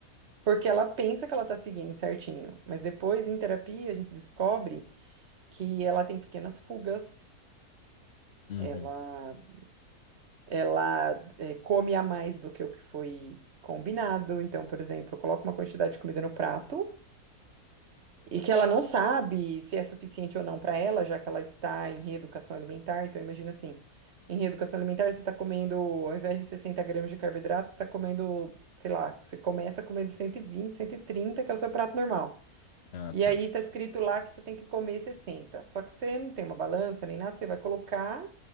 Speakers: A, on the right; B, on the left.
A: Porque ela pensa que ela tá seguindo certinho, mas depois em terapia a gente descobre que ela tem pequenas fugas,
B: Uhum.
A: ela, ela eh, come a mais do que o que foi combinado. Então, por exemplo, coloca uma quantidade de comida no prato. E que ela não sabe se é suficiente ou não para ela, já que ela está em reeducação alimentar. Então, imagina assim: em reeducação alimentar, você está comendo, ao invés de 60 gramas de carboidrato, você está comendo, sei lá, você começa comendo 120, 130, que é o seu prato normal.
B: Ah,
A: E
B: tá.
A: aí tá escrito lá que você tem que comer 60. Só que você não tem uma balança nem nada, você vai colocar